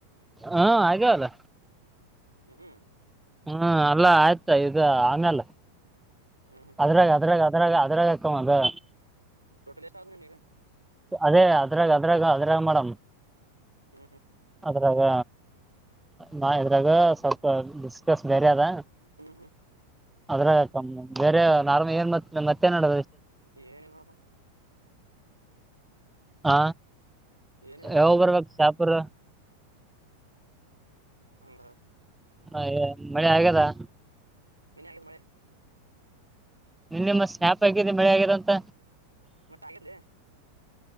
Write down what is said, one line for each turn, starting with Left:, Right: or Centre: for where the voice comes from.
Centre: ಹಾ ಹಾಗಲ್ಲ
Right: ಹ್ಮ್
Centre: ಹ್ಮ ಅಲ್ಲ ಆಯ್ತಾ ಇದು ಆಮೇಲೆ
Right: ಹ್ಮ್ ಹ್ಮ್
Centre: ಅದ್ರಾಗ ಅದ್ರಾಗ ಅದ್ರಾಗ ಅದ್ರಾಗಕ್ಕ ಅದು
Right: ಟೋಟಲ್ ಎಷ್ಟ ಆದ ನಿಮಗ
Centre: ಅದೇ ಅದ್ರಾಗ ಅದ್ರಾಗ ಅದ್ರಾಗ ಮೇಡಮ್
Right: ಹ್ಮ್ ಹ್ಮ್
Centre: ಇದ್ರಾಗ ನ ಇದ್ರಾಗ ಸ್ವಲ್ಪ ಡಿಸ್ಕಸ್ ಬೇರೆ ಅದ
Right: ಹ್ಮ್ ಹ್ಮ್
Centre: ಅದ್ರ ಕಮ್ಮ ಬೇರೆ ನಾರ್ಮ ಏನ್ ಮ ಮತ್ತೇನ್ಡ
Right: ಏನಲ್ರುವಪ್ಪ
Centre: ಹಾ
Right: ಏನಿಲ್ಲ ಅಂದೆ
Centre: ಯಾವ ಬರ್ಬೇಕ ಶಾಪುರ
Right: ಅಂದ
Centre: ಹಾ ಮಳೆ ಆಗದಾ
Right: ಮನ ಆಗಿದ ಮಳೆ
Centre: ನಿನ್ನ ನಿಮ್ಮಾಪ ಆಗಿದೆ ಮಳೆ ಆಗ್ಯದ ಅಂತ
Right: ಮತ್ತೆ ಆಗಿದ್ದೆ